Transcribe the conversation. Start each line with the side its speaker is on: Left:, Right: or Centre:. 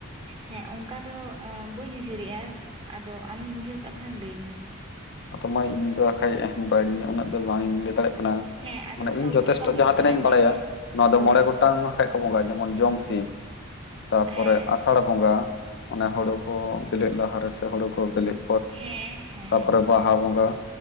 Right: ᱦᱮᱸ ᱚᱝᱠᱟ ᱫᱚ ᱮᱸ ᱵᱟᱹᱧ ᱩᱭᱦᱟᱹᱨᱮᱜ-ᱟ᱾ ᱟᱫᱚ ᱟᱢᱮᱢ ᱩᱭᱦᱟᱹᱨ ᱠᱟᱜ ᱠᱷᱟᱱ ᱫᱚ ᱞᱟᱹᱭ ᱢᱮ?
Left: ᱟᱫᱚ ᱢᱟᱹᱭ ᱤᱧ ᱫᱚ ᱠᱷᱟᱡ ᱮ ᱵᱟᱹᱧ ᱩᱱᱟᱹᱜ ᱫᱚ ᱵᱟᱝᱤᱧ ᱞᱟᱹᱭ ᱫᱟᱲᱮᱜ ᱠᱟᱱᱟ᱾
Right: ᱦᱮᱸ ᱟᱫᱚ
Left: ᱢᱟᱱᱮ
Right: ᱚᱱᱠᱟ
Left: ᱤᱧ
Right: ᱩᱭᱦᱟᱹᱨ
Left: ᱡᱚᱛᱷᱮᱥᱴᱚ
Right: ᱵᱟᱝ ᱦᱤᱡᱩᱜ
Left: ᱡᱟᱦᱟᱸᱛᱤᱱᱟᱹᱜ
Right: ᱠᱟᱱᱟ
Left: ᱤᱧ
Right: ᱡᱮ
Left: ᱵᱟᱲᱟᱭᱟ, ᱱᱚᱣᱟ ᱫᱚ
Right: ᱦᱳᱭ
Left: ᱢᱚᱬᱮ ᱜᱚᱴᱟᱝᱼᱼ ᱠᱷᱟᱡ ᱠᱚ ᱵᱚᱸᱜᱟᱭ ᱡᱮᱢᱚᱱ ᱡᱚᱢ ᱥᱤᱢ, ᱛᱟᱨᱯᱚᱨᱮ
Right: ᱦᱮᱸ
Left: ᱟᱥᱟᱲ ᱵᱚᱸᱜᱟ ᱚᱱᱮ ᱦᱳᱲᱳ ᱠᱚ ᱵᱮᱞᱮᱜ ᱞᱟᱦᱟ ᱨᱮ ᱥᱮ ᱦᱳᱲᱳ ᱠᱚ ᱵᱮᱞᱮᱜᱼᱼ
Right: ᱦᱮᱸ᱾ ᱦᱮᱸ
Left: ᱯᱚᱨᱮ ᱵᱟᱦᱟ ᱵᱚᱸᱜᱟ